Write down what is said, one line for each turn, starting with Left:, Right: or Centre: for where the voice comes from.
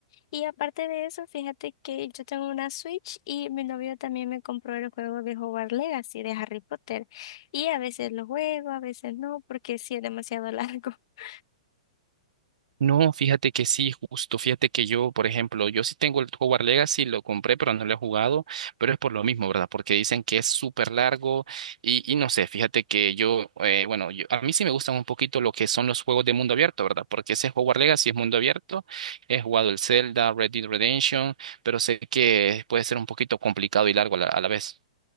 Left: Y aparte de eso, fíjate que yo tengo una Switch y mi novio también me compró el juego de jugar Legacy de Harry Potter. Y a veces lo juego, a veces no, porque sí es demasiado largo. <laughs>
Right: No, fíjate que sí, justo. Fíjate que yo, por ejemplo, yo sí tengo el Hogwarts Legacy, lo compré, pero no lo he jugado, pero es por lo mismo, ¿verdad? Porque dicen que es súper largo y, y no sé, fíjate que yo, eh, bueno, yo- a mí sí me gustan un poquito lo que son los juegos de mundo abierto, ¿verdad? Porque ese Hogwarts Legacy es mundo abierto, he jugado el Zelda, Red Dead Redemption, pero sé que puede ser un poquito complicado y largo a la, a la vez.